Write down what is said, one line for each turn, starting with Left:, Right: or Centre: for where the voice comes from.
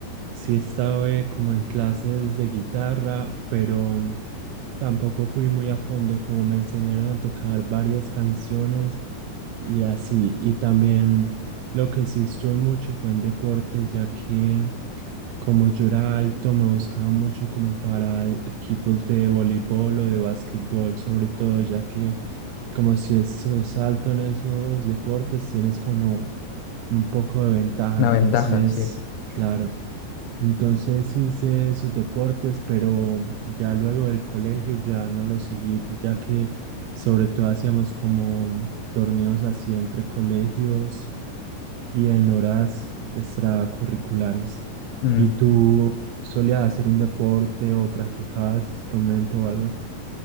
Right: sí estaba eh, como en clases de guitarra, pero Tampoco fui muy a fondo, como me enseñaron a tocar varias canciones y así. Y también lo que sí estuve mucho fue en deportes, ya que como yo era alto, me buscaba mucho como para equipos de voleibol o de básquetbol, sobre todo, ya que como si es- sos alto en esos deportes, tienes como un poco de ventaja.
Left: Una
Right: Entonces,
Left: ventaja, sí.
Right: claro. Entonces hice esos deportes, pero ya luego del colegio ya no los seguí, ya que sobre todo hacíamos como torneos así entre colegios y en horas extracurriculares.
Left: Mm.
Right: ¿Y tú solías hacer un deporte o practicabas instrumento o algo así?